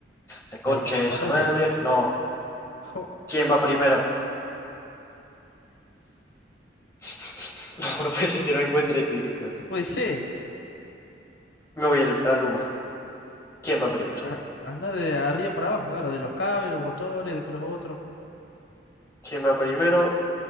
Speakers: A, on the left; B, on the left.
A: La concha
B: Ahí está. ¿La
A: de
B: encontraste?
A: su madre.
B: <laughs>
A: No.
B: Oh,
A: ¿Quién va primero? <laughs> No, no puede ser que no encuentre esto directamente.
B: puede ser.
A: Me voy al, al uno. ¿Quién va primero?
B: Ah, Anda de arriba para abajo, claro, de los cables, los botones, después los otros.
A: ¿Quién va primero?